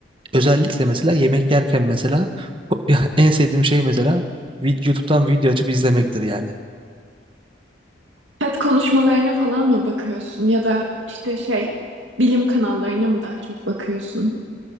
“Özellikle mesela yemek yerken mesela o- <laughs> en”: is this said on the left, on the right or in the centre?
Right